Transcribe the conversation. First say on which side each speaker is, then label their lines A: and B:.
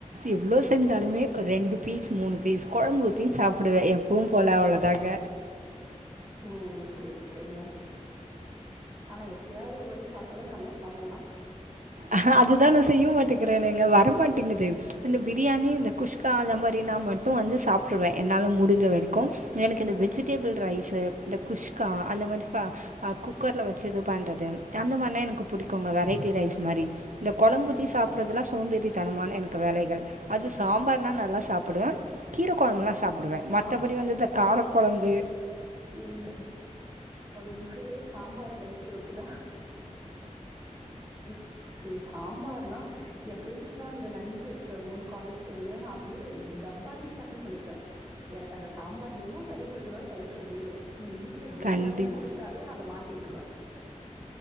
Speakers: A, on the right; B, on the right.
A: எவ்ளோ செஞ்சாலுமே ஒரு ரெண்டு பீஸ் மூணு பீஸ் குழம்பு ஊத்தி சாப்டுவே எப்பவும் போல அவ்வளோதாங்க
B: ஓ சேரி சேரிங்க ஆனா எப்பயாவது ஒரு வாட்டி சாப்படுறது நல்லா சாப்பிடலா
A: ஆனா அதுதா நா செய்ய மாட்டேங்கிறேனேங்க வரமாட்டிங்குது இந்த பிரியாணி இந்த குஷ்கா அந்த மாறினா மட்டு வந்து சாப்ட்ருவே என்னால முடிஞ்ச வரைக்கும் எனக்கு இந்த
B: ம்
A: வெஜிடேபிள் ரைஸ்சு இந்த குஷ்கா அந்த மாரி குக்கர்ல வச்சு இது பண்றது அந்த மாரினா எனக்கு பிடிக்கும்ங்க வெரைட்டி ரைஸ் மாரி இந்த கொழம்புத்தி
B: ம்
A: சாப்பிறதுலா சோம்பேறி தனமான எனக்கு வேலைகள் அது சாம்பார்னா நல்லா சாப்பிடுவே கீரை கொழம்புன்னா சாப்பிடுவே மத்தபடி
B: ஆ
A: வந்து இந்த கார கொழம்பு
B: என்ன என்னோட உசுரே சாம்பார் தயிர் சோருக்குதா <unintelligible> எனக்கு சாம்பார்ல்லா எ ஃப்ரெண்ட்ஸ்லா அந்த லஞ்சு எடுத்துட்டு வரும்போது காலேஜ் டைம்ல நா அப்டிய டப்பாவே ஷபிள் பண்ணிப்பே எனக்கு அந்த சாம்பார் வேணு தயிர்சோருதுனால தயிர்சோறு வேணு நீ எங்க வீட்ல பிரியாணியே
A: கண்டிப்
B: குடுத்தாலு நா அத மாத்தி விட்டுருவ